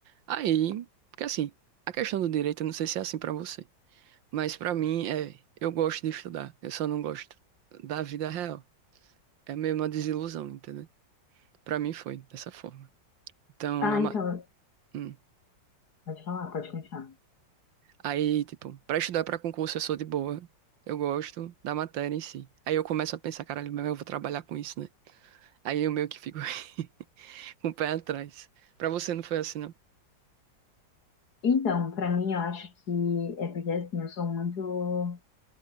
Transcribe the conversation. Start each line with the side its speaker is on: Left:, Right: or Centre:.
Right: Aí, porque assim, a questão do direito, eu não sei se é assim pra você, mas pra mim é, eu gosto de estudar, eu só não gosto da vida real. É meio uma desilusão, entendeu? Pra mim foi dessa forma. Então,
Left: Ah,
Right: a ma-
Left: então,
Right: hum.
Left: pode falar, pode continuar.
Right: Aí, tipo, pra estudar pra concurso eu sou de boa, eu gosto da matéria em si. Aí eu começo a pensar, caralho, mas eu vou trabalhar com isso, né? Aí eu meio que fico <laughs> com o pé atrás. Pra você não foi assim, não?
Left: Então, para mim, eu acho que é porque assim, eu sou muito